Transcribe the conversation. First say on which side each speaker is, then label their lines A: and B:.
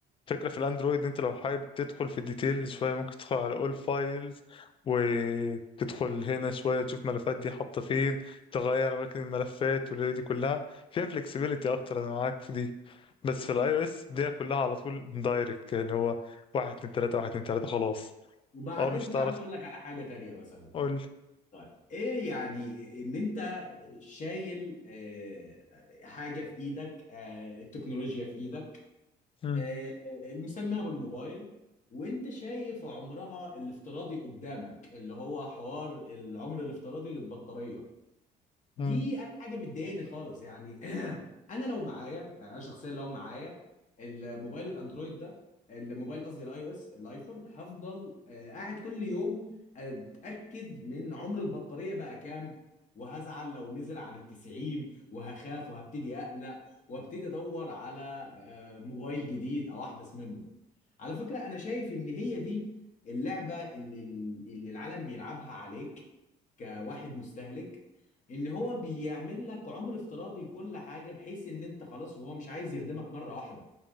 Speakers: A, on the left (about 30°); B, on the left (about 45°).
A: فكرة في الاندرويد ان انت لو حابب تدخل في الديتيلز شوية ممكن تدخل على اول فايلز وتدخل هنا شوية تشوف ملفات دي حاطة فين تغير اماكن الملفات والليلة دي كلها فيها فلكسبيليتي اكتر انا معاك في دي بس في الاي او اس دي كلها على طول دايركت كده اللي هو واحد اتنين تلاتة واحد اتنين تلاتة خلاص
B: وبعدين
A: اه مش هتعرف
B: تعالى اقول لك على حاجة تانية مثلا
A: تقول
B: طيب ايه يعني ان انت شايل آه، حاجة في ايدك آه، التكنولوجيا في ايدك
A: مم.
B: آه، آه، مسميها بالموبايل وانت شايف عمرها الافتراضي قدامك اللي هو حوار العمر الافتراضي للبطارية دي
A: مم.
B: انا حاجه بتضايقني خالص يعني <clears throat> انا لو معايا يعني انا شخصيا لو معايا الموبايل الاندرويد ده الموبايل قصدي الاي او اس الايفون هفضل آه، قاعد كل يوم اتاكد من عمر البطاريه بقى كام وهزعل لو نزل عن التسعين وهخاف وهبتدي اقلق وابتدي ادور على آه، موبايل جديد او احدث منه على فكره انا شايف ان هي دي اللعبه اللي اللي العالم بيلعبها عليك كواحد مستهلك ان هو بيعمل لك عمر افتراضي لكل حاجه بحيث ان انت خلاص وهو مش عايز يخدمك مره واحده